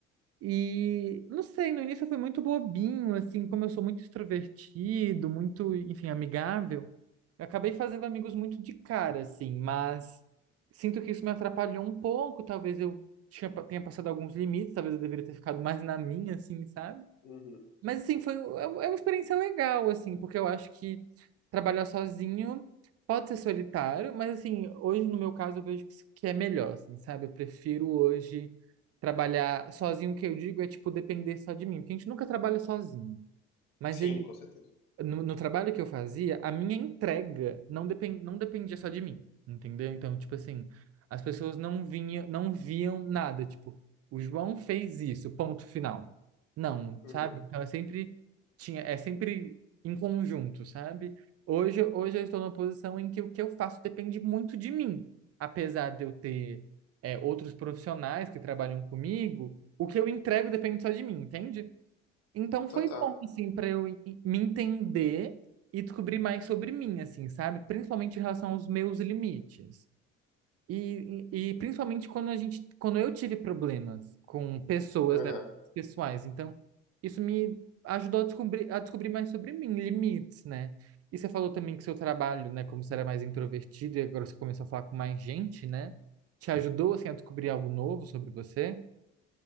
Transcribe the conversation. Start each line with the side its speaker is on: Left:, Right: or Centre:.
Right: E não sei, no início eu fui muito bobinho, assim, como eu sou muito extrovertido, muito, enfim, amigável, eu acabei fazendo amigos muito de cara, assim, mas sinto que isso me atrapalhou um pouco, talvez eu tinha, tenha passado alguns limites, talvez eu deveria ter ficado mais na minha, assim, sabe?
Left: uhum.
Right: Mas assim, foi um- é uma é uma experiência legal, assim, porque eu acho que trabalhar sozinho pode ser solitário, mas assim, hoje no meu caso eu vejo que isso- que é melhor, assim, sabe? Eu prefiro hoje trabalhar sozinho, o que eu digo é tipo depender só de mim, porque a gente nunca trabalha sozinho, mas
Left: Sim,
Right: ele
Left: com certeza.
Right: no, no trabalho que eu fazia, a minha entrega não, depen- não dependia só de mim, entendeu? Então, tipo assim, as pessoas não vinham, não viam nada, tipo, o João fez isso, ponto final. Não,
Left: Uhum.
Right: sabe? Então é sempre tinha, é sempre em conjunto, sabe? Hoje, hoje eu estou numa posição em que o que eu faço depende muito de mim, apesar de eu ter é, outros profissionais que trabalham comigo, o que eu entrego depende só de mim, entende? Então foi
Left: Total.
Right: bom, assim, para eu i- me entender e descobrir mais sobre mim, assim, sabe? Principalmente em relação aos meus limites. E, e, e principalmente quando a gente, quando eu tive problemas com pessoas,
Left: Aham.
Right: né, pessoais. Então, isso me ajudou a descobrir, a descobrir mais sobre mim, limites, né? E você falou também que seu trabalho, né, como você era mais introvertido e agora você começou a falar com mais gente, né? Te ajudou, assim, a descobrir algo novo sobre você?